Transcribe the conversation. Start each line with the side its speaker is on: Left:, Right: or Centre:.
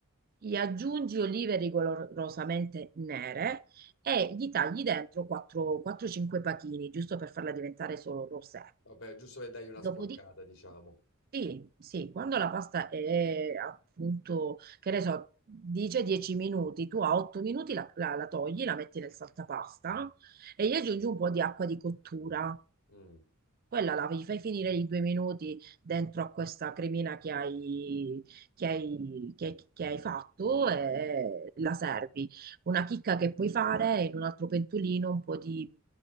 Right: gli aggiungi olive rigorosamente nere e gli tagli dentro 4-5 pachini, giusto per farla diventare solo rosé.
Left: Vabbè, giusto per dargli una sporcata,
Right: Dopodiché,
Left: diciamo.
Right: sì, sì, quando la pasta è appunto, che ne so, dice 10 minuti, tu a 8 minuti la, la- la togli, la metti nel saltapasta e gli aggiungi un po' di acqua di cottura.
Left: Mm.
Right: Quella la gli fai finire i due minuti dentro a questa cremina che hai, che hai- che- che hai fatto e la servi. Una chicca che puoi fare è in un altro pentolino un po' di